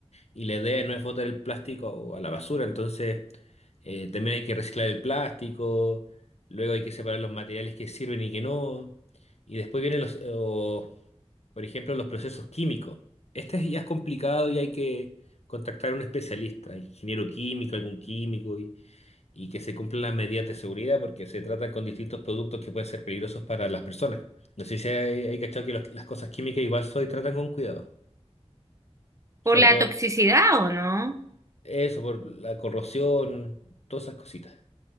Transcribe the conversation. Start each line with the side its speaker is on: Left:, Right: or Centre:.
Left: y la idea no es botar el plástico a la basura, entonces eh, también hay que reciclar el plástico, luego hay que separar los materiales que sirven y que no, y después vienen los, eh, o, por ejemplo, los procesos químicos. Este ya es complicado y hay que contactar a un especialista, ingeniero químico, algún químico. y y que se cumplan las medidas de seguridad porque se trata con distintos productos que pueden ser peligrosos para las personas. No sé si hay, hay cachado que los- las cosas químicas igual se tratan con cuidado, sobre
Right: por la
Left: todo
Right: toxicidad, ¿o no?
Left: eso por la corrosión, todas esas cositas.